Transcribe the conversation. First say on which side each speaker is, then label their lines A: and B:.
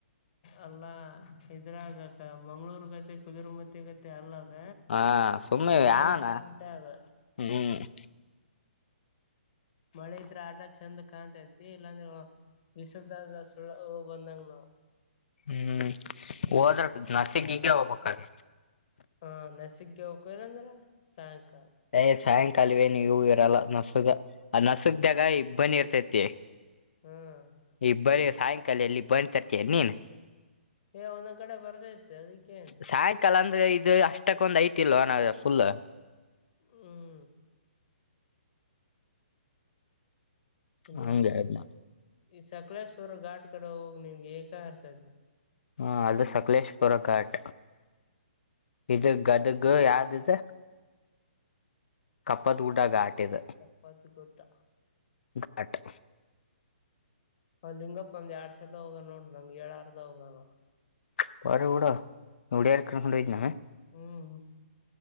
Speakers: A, on the left; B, on the left.
A: ಅಲ್ಲ ಇದ್ರಗಕ್ಕ ಮಂಗ್ಳೂರ್ಗತೆ ಕುದುರ್ಮತಿಗತೆ. ಮ ಅಲ್ಲ ಅದ
B: ಹಾ ಸುಮ್ಮನೆ
A: ಮಳೆ
B: ಯಾವನ
A: ಇದ್ರ ಅಂತ ಹೇಳ್ದ.
B: ಹ್ಮ್
A: ಮಳೆ ಇದ್ರೆ ಆಟ ಚಂದ ಕಾಣ್ತೈತಿ ಇಲ್ಲಾಂದ್ರೆ ಬಿಸಲ್ದಾಗ ಸುಳ್ಳ ಬಂದಂಗ ನಾವು.
B: ಹ್ಮ್ ಹೋದ್ರ ನಸಕ್ಗ ಹೋಗ್ಬೇಕಾದ್ರೆ.
A: ಹಾ ನೆಸಗ್ಗೆ ಹೋಗಕದಂದ್ರ ಸಾಯಂಕಾಲ.
B: ಯ್ ಸಾಯಂಕಾಲವೇ ನೀ ಇವು ಇರಲ್ಲ ನಸುಗ. ಅದ್ ನಸುಗ್ದಾಗ ಇಬ್ಬನಿ ಇರ್ತೈತಿ.
A: ಹ್ಮ್.
B: ಇಂಬನಿ ಸಾಯಂಕಾಲ ಎಲ್ಲಿ ಇಂಬನಿ ತರ್ತೀಯ ನೀನ್.
A: ಹೇ ಒಂದೊಂದು ಕಡೆ ಬರ್ದೈತೆ ಅದಕ್ಕೇನು.
B: ಸಾಯಂಕಾಲ ಅಂದ್ರೆ ಇದು ಅಷ್ಟಕ್ಕೊಂದ್ ಐತ್ ಇಲ್ವನ ಫುಲ್.
A: ಹ್ಮ್. ಇ
B: ಹಂಗ ಹೇಳಿದ್ನ
A: ಈ ಸಕಳೇಶ್ವರ ಘಾಟ್ ಕಡೆ ಹೋಗಿ ನಿನ್ಗೆ ಏಕ ಅರ್ತೈತಿ.
B: ಹ್ಮ ಅದು ಸಕಲೇಶ್ಪುರ ಘಾಟ್. ಇದು ಗದಗ ಯಾವ್ದ ಇದು. ಕಪ್ಪತ್ ಗುಡ್ಡ ಘಾಟ ಇದ
A: ಕಪ್ಪಾತ್ ಗುಡ್ಡ.
B: ಘಾಟ್
A: ಅ ಲಿಂಗಪ್ಪ ಒಂದ್ ಎರಡ್ ಸಲ ಹೋಗ ನೋಡು ನನಗೆ ಹೇಳರದೇ ಹೋಗನಾ ಅವ.
B: <unintelligible>
A: ಹ್ಮ್